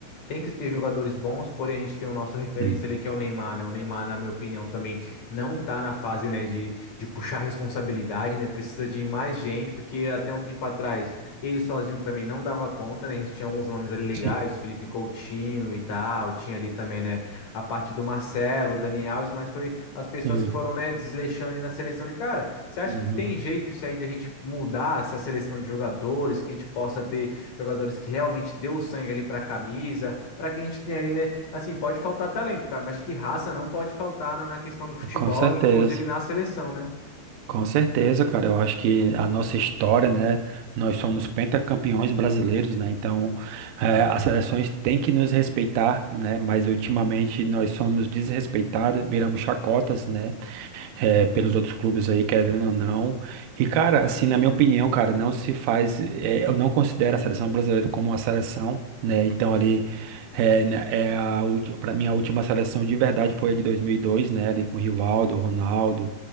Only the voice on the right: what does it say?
Hum.
Sim.
Hum.
Uhum.
Com certeza.
Com certeza, cara. Eu acho que a nossa história, né? Nós somos pentacampeões brasileiros, né? Então, eh, as seleções têm que nos respeitar, né? Mas ultimamente nós somos desrespeitados, viramos chacotas, né? é, pelos outros clubes aí, querendo ou não. E, cara, assim, na minha opinião, cara, não se faz. é, eu não considero a seleção brasileira como uma seleção, né? Então, ali, é, né, é a, ulti- pra mim, a última seleção de verdade foi a de 2002, né? Ali com Rivaldo, Ronaldo